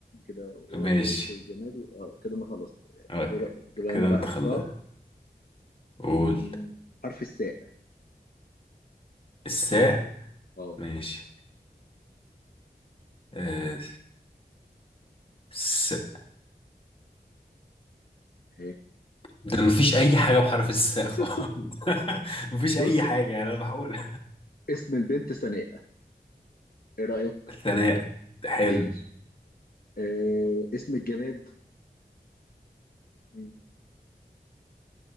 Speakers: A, on the left; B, on the left.
A: كده ولد
B: ماشي
A: وبنت وجماد و... اه كده انا خلصت
B: أوكي.
A: دول دول انا
B: كده
A: بقى
B: انت
A: اختار
B: خلاص قول
A: مم، حرف الساء
B: الساء
A: اه
B: ماشي آه، س...
A: إيه.
B: ده مفيش اي حاجة بحرف الساء خالص
A: <laughs>
B: <laughs> مفيش
A: بص
B: اي حاجة يعني انا بحاول
A: اسم البنت سناء ايه رايك
B: ثناء حلو
A: ماشي آه اسم الجماد مم،